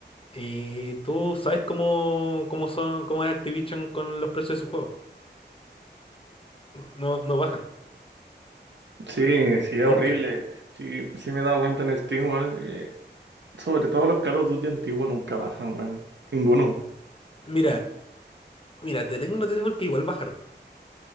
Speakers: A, on the left; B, on the right.
A: Y tú sabes cómo, cómo son, cómo es Activision con los precios de sus juegos. No, no bajan,
B: Sí, sí, es
A: nunca.
B: horrible. Sí, sí me he dado cuenta en Steam, weón, eh, sobre todo los Call of Duty antiguos nunca bajan, weón. Ninguno.
A: Mira, mira, te tengo una noticia porque igual bajaron.